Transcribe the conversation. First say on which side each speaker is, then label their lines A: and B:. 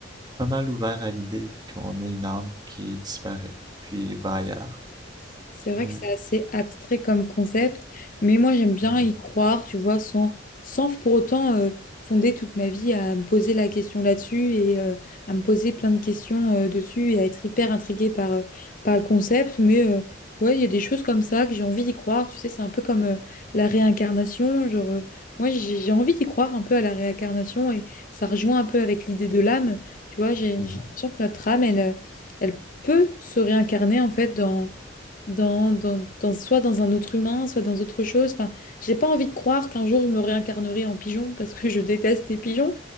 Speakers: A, on the right; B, on the left.
A: Pas mal ouvert à l'idée qu'on ait une âme qui disparaît, puis va ailleurs.
B: C'est vrai
A: Ouais.
B: que c'est assez abstrait comme concept, mais moi j'aime bien
A: Mhm.
B: y croire, tu vois, sans, sans pour autant euh, fonder toute ma vie à me poser la question là-dessus et euh, à me poser plein de questions euh, dessus et à être hyper intriguée par, euh, par le concept. Mais euh, ouais, il y a des choses comme ça que j'ai envie d'y croire, tu sais, c'est un peu comme euh, la réincarnation. Genre, euh, moi j'ai j'ai envie d'y croire un peu à la réincarnation et ça rejoint un peu avec l'idée de l'âme, tu vois, j'ai
A: Mhm.
B: j'ai l'impression que notre âme, elle, euh, elle peut se réincarner en fait dans dans, dans, dans- soit dans un autre humain, soit dans autre chose. Enfin, j'ai pas envie de croire qu'un jour je me réincarnerai en pigeon parce que je déteste les pigeons,